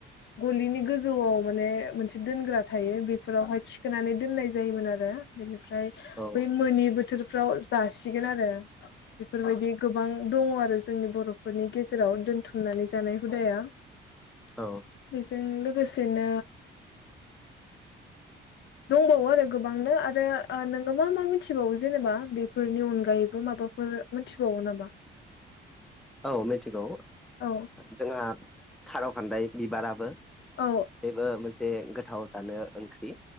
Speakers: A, on the left; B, in the centre.
A: गलिनि गोजौआव माने मोनसे दोनग्रा थायो बेफोरावहाय थिखोनानै दोननाय जायोमोन आरो बेनिफ्राय बै
B: औ
A: मोननि बोथोरफ्राव जासिगोन आरो बेफोरबायदि गोबां दङ आरो जोंनि बर'फोरनि गेजेराव दोनथुमनानै जानाय हुदाया
B: औ
A: बेजों लोगोसेनो
B: <inaudible>
A: दंबावो आरो गोबांनो आरो नोङो मा मा मिथिबावो जेनेबा बेफोरनि अनगायैबो माबा मिथिबावो नामा
B: औ मिथिगौ
A: औ
B: जोंहा खार' खान्दाय बिबाराबो
A: औ
B: बेबो मोनसे गोथाव जानो ओंख्रि